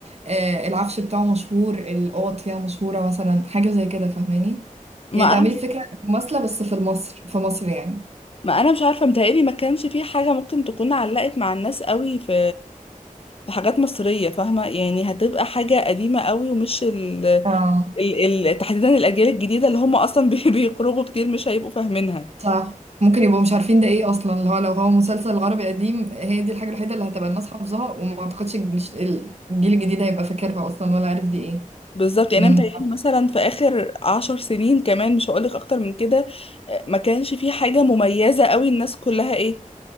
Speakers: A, on the right (about 50°); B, on the left (about 45°).
A: آه، العفش بتاعه مشهور الاوض فيها مشهوره مثلا حاجه زي كده فاهماني
B: ما
A: يعني تعملي فكره مماثله بس في مصر في مصر يعني
B: ما انا مش عارفه متهيألي ما كانش في حاجه ممكن تكون علقت مع الناس قوي في في حاجات مصريه فاهمه يعني هتبقى حاجه قديمه قوي ومش ال...
A: اه
B: ال... ال... تحديدا الاجيال الجديده اللي هم اصلا بي... <laughs> بيخرجوا كتير مش هيبقوا فاهمينها
A: صح ممكن يبقوا مش عارفين ده ايه اصلا اللي هو لو هو مسلسل عربي قديم هي دي الحاجه الوحيده اللي هتبقى الناس حافظاها وما اعتقدش الج- الجيل الجديد هيبقى فاكرها اصلا ولا عارف دي ايه
B: بالظبط
A: مم.
B: يعني انا متهيألي مثلا في اخر عشر سنين كمان مش هقولك اكتر من كده آه، ما كانش في حاجه مميزه قوي الناس كلها ايه